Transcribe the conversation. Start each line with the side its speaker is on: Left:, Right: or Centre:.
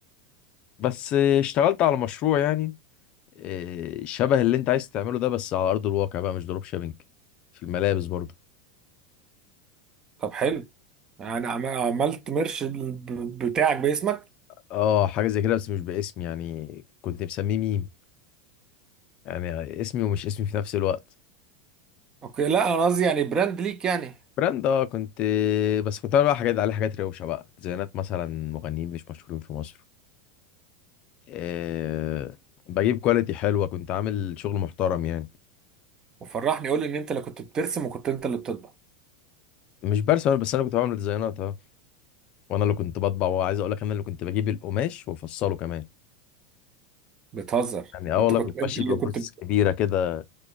Left: بس آه، اشتغلت على مشروع يعني آه، شبه اللي أنت عايز تعمله ده بس على أرض الواقع بقى مش دروب شيبينج في الملابس برضه
Right: طب حلو يعني عم- عملت مرش ب- بتاعك باسمك
Left: اه حاجة زي كده بس مش باسمي يعني كنت مسميه ميم يعني اسمي ومش اسمي في نفس الوقت
Right: اوكي لا انا قصدي يعني براند ليك يعني
Left: براند اه كنت بس كنت بعمل بقى حاجات عليه حاجات روشه بقى ديزاينات مثلا مغنيين مش مشهورين في مصر أه بجيب كواليتي حلوه كنت عامل شغل محترم يعني
Right: وفرحني قول لي ان انت اللي كنت بترسم وكنت انت اللي بتطبع
Left: مش برسم أنا، بس انا كنت بعمل ديزاينات اه وانا اللي كنت بطبع وعايز اقول لك انا اللي كنت بجيب القماش وافصله كمان
Right: بتهزر
Left: يعني اه
Right: انت
Left: والله
Right: كنت
Left: كنت
Right: انت
Left: ماشي
Right: اللي
Left: ببروسيس
Right: كنت بت...
Left: كبيره كده